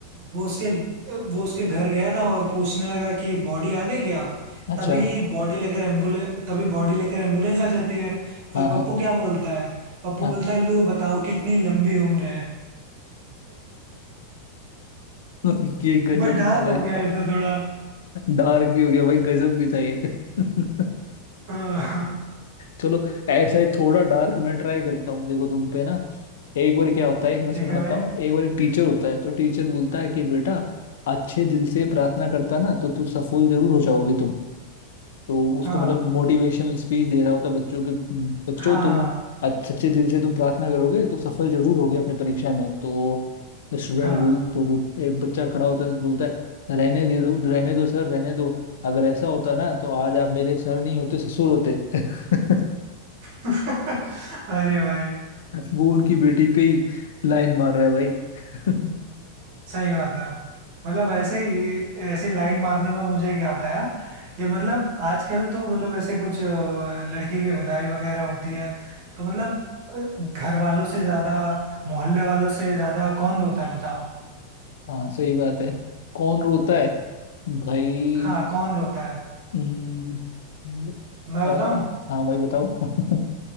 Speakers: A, on the right; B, on the left.
A: वो उसके वो उसके घर गया था और पूछने लगा कि बॉडी आ गई क्या
B: अच्छा
A: तभी बॉडी लेकर एम्बुलेंस तभी बॉडी लेकर एम्बुलेंस आ जाती है फिर
B: हाँ
A: पप्पू
B: हाँ
A: क्या बोलता है पप्पू
B: हाँ
A: बोलता है लो बताओ कितनी लंबी उम्र है
B: <laughs> ये गजब
A: भाई डार्क
B: था भाई
A: हो गया ये तो थोड़ा
B: डार्क भी हो गया भाई गजब भी था ये <laughs>
A: हाँ
B: चलो ऐसा ही थोड़ा डार्क मैं ट्राई करता हूँ देखो तुम पे ना एक बार क्या होता
A: <laughs>
B: है एक मैं
A: ठीक
B: सुनाता
A: है भाई
B: हूँ एक बार एक टीचर होता है तो टीचर बोलता है कि बेटा अच्छे दिल से प्रार्थना करता ना तो तू सफल जरूर हो जाओगे तुम तो उसको
A: हाँ
B: मतलब मोटिवेशनल स्पीच दे रहा होता है बच्चों के बच्चों
A: हाँ
B: तुम अच्छे सच्चे दिल से तुम प्रार्थना करोगे तो सफल जरूर होगे अपनी परीक्षा में तो स्टूडेंट
A: हाँ
B: बोल तो वो एक बच्चा खड़ा होता है बोलता है रहने दे दो रहने दो सर रहने दो अगर ऐसा होता ना तो आज आप मेरे सर नहीं होते ससुर होते <laughs>
A: <laughs> अरे भाई
B: वो उनकी बेटी पे ही लाइन मार रहा है भाई <laughs>
A: सही बात है मतलब ऐसे ही ऐसी लाइन मारने में मुझे एक याद आया कि मतलब आजकल तो मतलब ऐसे कुछ अ, लड़की की विदाई वगैरह होती है तो मतलब अ, घर वालों से ज्यादा मोहल्ले वालों से ज्यादा कौन रोता है बताओ
B: हाँ सही बात है कौन रोता है भाई
A: हाँ कौन रोता है
B: हम्म,
A: मैं
B: आ,
A: बताऊं
B: हाँ भाई बताओ <laughs>